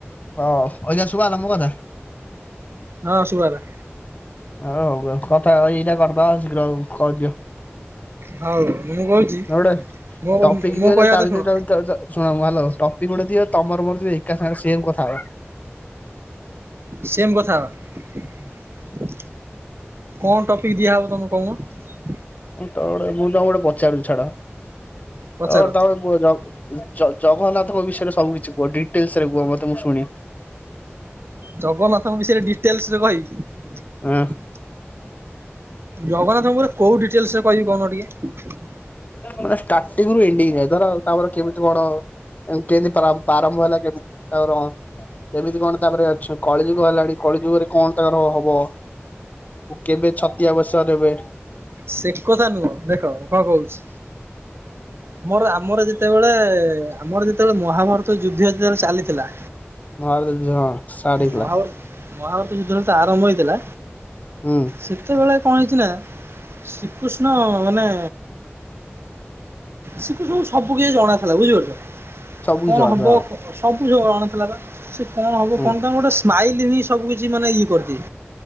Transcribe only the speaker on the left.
ହ ଅଇକା ଶୁଭା ହେଲା ମୋ କଥା।
ହଉ ହଉ କଥା ଏଇଟା କରିଦବା ଶୀଘ୍ର କରିଦିଅ।
ଏଉଡ
ଟପିକ୍
ଦିଅ
ଯେ ତାଭିତରେ
ତ ତ ତ ଶୁଣ ହାଲୋ ଟପିକ ଗୋଟେ ଦିଅ ତମର ମୋର ଯେ ଏକା ସାଙ୍ଗରେ ସେମ ହଉ
ମୁଁ ତ ଗୋଟେ ମୁଁ ତମକୁ ଗୋଟେ ପଚାରୁଛି ଛାଡ।
ଆ ତମେ କୁହ ଜ ଜଗ ଜଗନ୍ନାଥଙ୍କ ବିଷୟରେ ସବୁ କିିଛି କୁହ ଡିଟେଲସ ରେ କୁହ ମ ତ ମୁଁ ଶୁଣି-
ହଁ
ମାନେ ଷ୍ଟାର୍ଟିଙ୍ଗ ରୁ ଏଣ୍ଡିଙ୍ଗ ଯ ଧର ତାପର କେମିତି କଣ କେମିତି ପ୍ରା ପ୍ରାରମ୍ଭ ହେଲା କେମିତି ତାପରେ କେମିତି କଣ ତାପରେ ଅ କଳିଯୁଗ ହେଲାଣି କଳିଯୁଗରେ କଣ ତାଙ୍କର ହବ କେବେ ଛ ତିଆ ବେଶ ଦେବେ
ମହାଭାରତ ଯୁଦ୍ଧ ହଁ ଷ୍ଟାର୍ଟ ହେଇଥିଲା
।
ହୁଁ।
ସବୁ
କିଛି ଜଣା
ହଁ